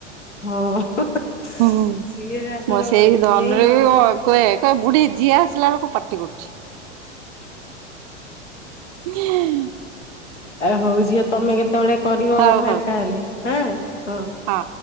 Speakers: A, on the left; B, on the right.
A: ହଁ
B: ହୁଁ ହୁଁ
A: ସିଏ ଶାସନ
B: ମ ସେଇ
A: କରିଦେବେ
B: ଧନରେ
A: ସିଏ ଏଇ ନ
B: କୁହେ କୁହେ ବୁଢୀ ଯିଏ ଆସିଲା ବେଳକୁ ପାାର୍ଟି କରୁଛି। ହଁ
A: ଆ ହଉ ଝିଅ ତମେ କେତେବେଳେ କରିବ
B: ହଉ
A: ଫାଙ୍କା
B: ହଉ
A: ହେଲେ ହଁା ହଁ।
B: ହଁ।